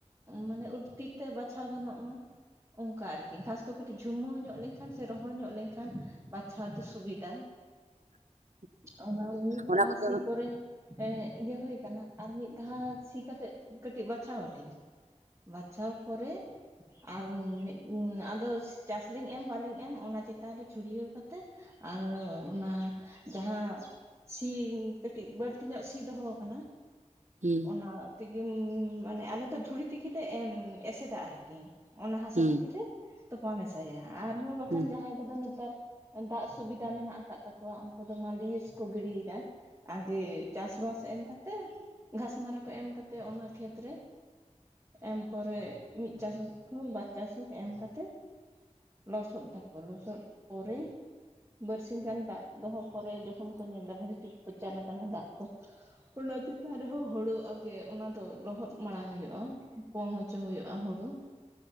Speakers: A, on the right; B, on the right.
A: ᱢᱟᱱᱮ ᱛᱤ ᱛᱮ ᱵᱟᱪᱷᱟᱣ ᱜᱟᱱᱚᱜ ᱢᱟ᱾ ᱚᱝᱠᱟ ᱟᱨᱠᱤ ᱜᱷᱟᱥ ᱠᱚ ᱠᱟᱹᱴᱤᱡ ᱡᱷᱩᱢᱟᱹᱣ ᱧᱚᱜ ᱞᱮᱝᱠᱷᱟᱱ ᱥᱮ ᱨᱚᱦᱚᱲ ᱧᱚᱜ ᱞᱮᱝᱠᱷᱟᱱ ᱵᱟᱪᱷᱟᱣ ᱛᱮ ᱥᱩᱵᱤᱫᱟ᱾
B: <inaudible>
A: ᱚᱱᱟ ᱢᱤᱫ
B: ᱚᱱᱟ
A: ᱫᱷᱟᱣ
B: ᱠᱚᱫᱚ
A: ᱥᱤ ᱯᱚᱨᱮ ᱮᱜ ᱤᱭᱟᱹ ᱦᱩᱭ ᱠᱟᱱᱟ, ᱟᱨ ᱢᱤᱫ ᱫᱷᱟᱣ ᱥᱤ ᱠᱟᱛᱮᱜ ᱠᱟᱹᱴᱤᱡ ᱵᱟᱪᱷᱟᱣ ᱟᱞᱤᱧ᱾ ᱵᱟᱪᱷᱟᱣ ᱯᱚᱨᱮ ᱟᱨ ᱢᱤᱫ ᱟᱫᱚ ᱪᱟᱥ ᱞᱤᱧ ᱮᱢ ᱵᱟᱞᱤᱧ ᱮᱢ, ᱚᱱᱟ ᱪᱮᱛᱟᱱ ᱨᱮ ᱪᱷᱩᱲᱭᱟᱹᱣ ᱠᱟᱛᱮᱫ ᱟᱨ ᱚᱱᱟ ᱡᱟᱦᱟᱸ ᱥᱤ ᱠᱟᱹᱴᱤᱡ ᱵᱟᱹᱲ ᱛᱤᱧᱚᱜ ᱥᱤ ᱫᱚᱦᱚᱸ ᱟᱠᱟᱱᱟ,
B: ᱦᱩᱸ
A: ᱚᱱᱟ ᱛᱮᱢ ᱢᱟᱱᱮ ᱟᱞᱮ ᱫᱚ ᱫᱷᱩᱲᱤ ᱛᱮ ᱜᱮᱞᱮ ᱮᱥᱮᱫᱟ ᱟᱨᱠᱤ, ᱚᱱᱟ ᱦᱟᱥᱟ
B: ᱦᱩᱸ
A: ᱛᱮ ᱜᱮᱞᱮ ᱛᱚᱯᱟ ᱢᱮᱥᱟᱭᱟ, ᱟᱨᱦᱚᱸ ᱵᱟᱠᱷᱟᱱ
B: ᱦᱩᱸ
A: ᱡᱟᱦᱟᱸᱭ ᱩᱱᱠᱩ ᱫᱚ ᱱᱮᱛᱟᱨ ᱫᱟᱜ ᱥᱩᱵᱤᱫᱷᱟ ᱢᱮᱱᱟᱜ ᱟᱠᱟᱫ ᱛᱟᱠᱚᱣᱟ, ᱩᱱᱠᱩ ᱫᱚ ᱢᱟᱞᱤᱭᱮᱥ ᱠᱚ ᱜᱤᱰᱤᱭᱮᱫᱟ᱾ ᱟᱜᱮ ᱪᱟᱥᱵᱟᱥ ᱮᱢ ᱠᱟᱛᱮᱜ, ᱜᱷᱟᱥᱢᱟᱨᱟ ᱠᱚ ᱮᱢ ᱠᱟᱛᱮᱜ ᱚᱱᱟ ᱠᱷᱮᱛ ᱨᱮ ᱮᱢ ᱯᱚᱨᱮ ᱢᱤᱫ ᱪᱟᱥ ᱦᱩᱠ ᱵᱟᱨ ᱪᱟᱥ ᱦᱩᱠ ᱮᱢ ᱠᱟᱛᱮᱫ ᱞᱚᱥᱚᱫ ᱫᱟᱠᱚ, ᱞᱚᱥᱚᱫ ᱯᱚᱨᱮ ᱵᱟᱨᱥᱤᱧ ᱜᱟᱱ ᱫᱟᱜ ᱫᱚᱦᱚ ᱯᱚᱨᱮ ᱡᱚᱠᱷᱚᱱ ᱠᱚ ᱧᱮᱞᱫᱟ ᱵᱷᱟᱜᱤ ᱴᱷᱤᱠ ᱯᱚᱪᱟᱱ ᱟᱠᱟᱱᱟ ᱫᱟᱜ ᱠᱚ ᱚᱱᱟ ᱪᱮᱛᱟᱱ ᱨᱮᱦᱚᱸ ᱦᱩᱲᱩ ᱟᱜᱮ ᱚᱱᱟ ᱫᱚ ᱞᱚᱦᱚᱫ ᱢᱟᱲᱟᱝ ᱦᱩᱭᱩᱜᱼᱟ, ᱯᱚᱝ ᱦᱚᱪᱚ ᱦᱩᱭᱩᱜᱼᱟ ᱦᱩᱲᱩ᱾